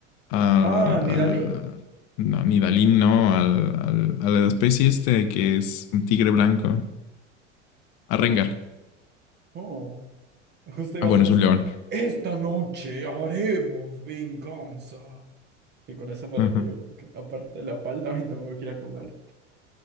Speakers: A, on the left (about 40°); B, on the right (about 25°).
A: al,
B: Ah, ¿Nidali?
A: al- No, ni Dalín, no. Al, al- a la especie este que es un tigre blanco. A Rengar.
B: Oh, justo iba
A: Ah, bueno,
B: a ser
A: es
B: esta.
A: un león.
B: Esta noche haremos venganza. Y con eso me
A: Ajá.
B: retiro
A: Uh-huh.
B: porque aparte de la palta me tengo que ir a comer.